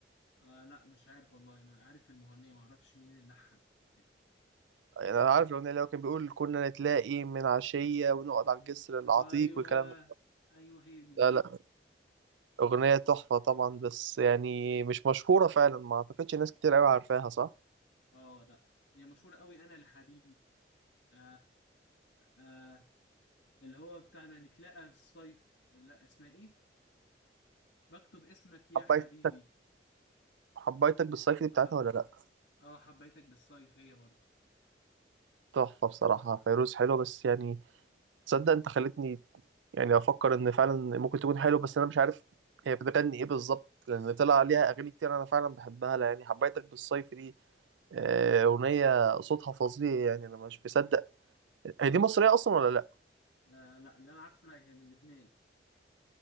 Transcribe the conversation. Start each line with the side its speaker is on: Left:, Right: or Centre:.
Left: آه لا مش عارف والله أنا عارف المغنية معرفش مين اللي لحن أو كده
Right: يعني انا عارف الاغنيه اللي هو كان بيقول كنا نتلاقي من عشيه ونقعد على الجسر العتيق
Left: أيوه
Right: والكلام ده
Left: أيوه هي دي
Right: لا
Left: بالظبط
Right: لا اغنيه تحفه طبعا بس يعني مش مشهوره فعلا ما اعتقدش ناس كتير قوي عارفاها صح
Left: اه لا هي مشهورة قوي أنا لحبيبي آه آه اللي هو بتاع ده نتلاقى في الصيف لا اسمها ايه بكتب اسمك يا
Right: حبيت
Left: حبيبي
Right: حبيتك بالصيف
Left: وح... وح...
Right: دي بتاعتها ولا لا
Left: اه حبيتك بالصيف هي برضو
Right: تحفه بصراحه فيروز حلوه بس يعني تصدق انت خلتني يعني افكر ان فعلا ممكن تكون حلوه بس انا مش عارف هي بتغني ايه بالظبط لان طلع عليها اغاني كتير انا فعلا بحبها لا يعني حبيتك بالصيف دي آه، اغنيه صوتها فظيع يعني انا مش مصدق هي دي مصريه اصلا ولا لا
Left: آه لا اللي انا عارفه لا هي من لبنان